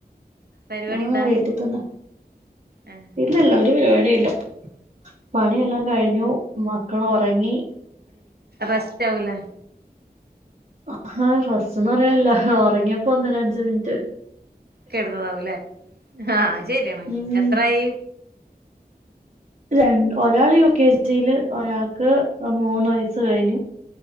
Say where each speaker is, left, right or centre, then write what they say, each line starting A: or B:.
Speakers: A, on the right; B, on the right.
A: പരിപാടി
B: ആഹ്
A: എന്താ
B: വീട്ടിത്തന്ന
A: ഏഹ്
B: ഇല്ലല്ല ഒരു പരിപാടീംല്ല. പണിയെല്ലാം കഴിഞ്ഞു മക്കള് ഒറങ്ങി.
A: റസ്റ്റവുലേ?
B: ആഹ റസ്റ്റന്ന് പറയാല്ല ഒറങ്ങ്യപ്പൊങ്ങനഞ്ച് മിൻറ്റ്.
A: കിടന്നതവുലെ ആഹ് അതു ശെരിയാണ്.
B: ഉം
A: എത്ര ആയി
B: രണ്ട് ഒരാള് യു കെ ജി ല് ഒരാൾക്ക് മൂന്ന് വയസ്സ് കഴിഞ്ഞു